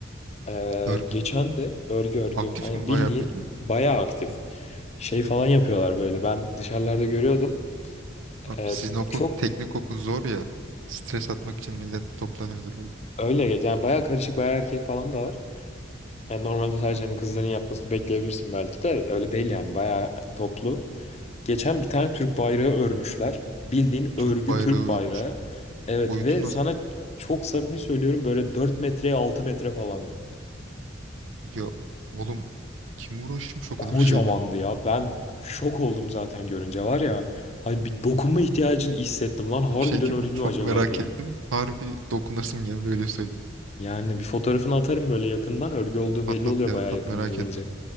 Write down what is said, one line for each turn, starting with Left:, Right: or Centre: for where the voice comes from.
Left: Ee,
Right: <laughs> Örgü
Left: geçen
Right: kulübü.
Left: de örgü örgü.
Right: Aktif
Left: Aynen
Right: mi
Left: bildiğin
Right: bayağı peki?
Left: bayağı aktif. Şey falan yapıyorlar böyle. Ben dışarılarda görüyordum.
Right: Abi
Left: Ee,
Right: Sizin okul,
Left: çok
Right: teknik okul zor ya. Stres atmak için millet toplanıyordur orada.
Left: öyle yani bayağı karışık bayağı erkek falan da var. Yani normalde sadece hani kızların yapmasını bekleyebilirsin belki de öyle değil yani bayağı toplu. Geçen bir tane Türk bayrağı örmüşler. Bildiğin
Right: Türk
Left: örgü
Right: bayrağı
Left: Türk bayrağı.
Right: örmüşler.
Left: Evet
Right: Boyutu
Left: ve
Right: nasıl?
Left: sana çok samimi söylüyorum böyle 4 metreye 6 metre falandı.
Right: Ya oğlum Kim uğraşmış o kadar
Left: Kocamandı
Right: şeyden?
Left: ya. Ben şok oldum zaten görünce var ya. Hani bir dokunma ihtiyacı hissettim lan. Harbiden
Right: Bir şey diyeyim
Left: örgü
Right: mi? Çok
Left: mü acaba
Right: merak
Left: diye.
Right: ettim. Harbi dokunasım geldi öyle söyleyeyim.
Left: Yani bir fotoğrafını atarım böyle yakından. Örgü olduğu
Right: Patat
Left: belli oluyor
Right: ya
Left: bayağı
Right: çok
Left: yakınına
Right: merak
Left: gidince.
Right: ettim.